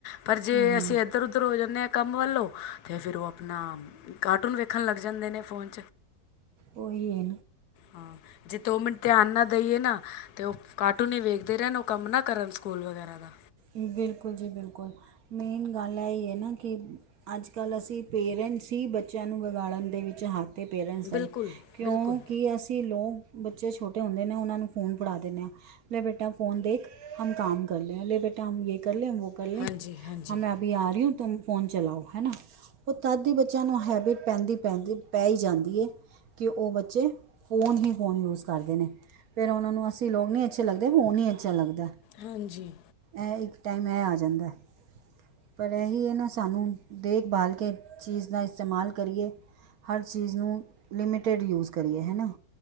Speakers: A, on the left; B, on the right.
A: ਪਰ ਜੇ
B: ਹੂੰ ਹੂੰ
A: ਅਸੀਂ ਇੱਧਰ -ਉੱਧਰ ਹੋ ਜਾਂਦੇ ਆ ਕੰਮ ਵੱਲੋਂ ਤੇ ਫੇਰ ਉਹ ਆਪਣਾ ਕਾਰਟੂਨ ਵੇਖਣ ਲੱਗ ਜਾਂਦੇ ਨੇ ਫੋਨ
B: ਉਹ ਹੀਏ
A: ਹਾਂ ਜੇ ਦੋ ਮਿੰਨਟ ਧਿਆਨ ਨਾ ਦਈਏ ਨਾ ਅਤੇ ਉਹ ਕਾਰਟੂਨ ਹੀ ਵੇਖਦੇ ਰਹਿਣ, ਉਹ ਕੰਮ ਨਾ ਕਰਨ ਸਕੂਲ ਵਗੈਰਾ ਦਾ
B: ਬਿਲਕੁਲ ਜੀ ਬਿਲਕੁਲ ਮੇਨ ਗੱਲ ਆ ਇਹ ਹੈ ਨਾ ਕਿ ਅੱਜ -ਕੱਲ੍ਹ ਅਸੀਂ ਪੇਰੈਂਟਸ ਹੀ ਬੱਚਿਆਂ ਨੂੰ ਵਿਗਾੜਨ ਦੇ ਵਿੱਚ ਹੱਥ ਅਤੇ ਪੇਰੈਂਟਸ
A: ਬਿਲਕੁਲ
B: ਦਾਹੀਂ ਕਿਉਂਕਿ,
A: ਬਿਲਕੁਲ
B: ਅਸੀਂ ਲੋਕ ਬੱਚੇ ਛੋਟੇ ਹੁੰਦੇ ਨੇ ਉਹਨਾਂ ਨੂੰ ਫੋਨ ਪੜ੍ਹਾ ਦਿੰਦੇ ਹਾਂ ਲੈ ਬੇਟਾ ਫੋਨ ਦੇਖ, ਹਮ ਕੰਮ ਕਰ ਲੇ ਲੇ ਬੇਟਾ ਯ ਕਰ ਲੇ ਉਹ ਕਰ ਲੇ
A: ਹਾਂਜੀ ਹਾਂਜੀ
B: ਹੈਂ ਅਭੀ ਆ ਰਹੀ ਹ ਤੁ ਫੋਨ ਚਲਾਓ ਹੈ ਨਾ ਉਹ ਤਦ ਹੀ ਬੱਚਿਆਂ ਨੂੰ ਹੈਬਿਟ ਪੈਂਦੀ- ਪੈਂਦੀ ਪੈ ਹੀ ਜਾਂਦੀ ਹੈ। ਕਿ ਉਹ ਬੱਚੇ ਫ਼ੋਨ ਹੀ ਫ਼ੋਨ ਯੂਜ ਕਰਦੇ ਨੇ ਫਿਰ ਉਹਨਾਂ ਨੂੰ ਅਸੀਂ ਲੋਕ ਨਹੀਂ ਅੱਛੇ ਲੱਗਦੇ ਉਹ ਨਹੀਂ ਅੱਛਾ ਲਗਦਾ।
A: ਹਾਂਜੀ।
B: ਇਹ ਇੱਕ ਟਾਈਮ ਇਹ ਆ ਜਾਂਦਾ। ਪਰ ਇਹੀ ਹੈ ਨਾ ਸਾਨੂੰ ਦੇਖਭਾਲ ਕੇ ਚੀਜ਼ ਦਾ ਇਸਤੇਮਾਲ ਕਰੀਏ। ਹਰ ਚੀਜ਼ ਨੂੰ ਲਿਮਿਟਿਡ ਯੂਜ ਕਰੀਏ ਹੈ ਨਾ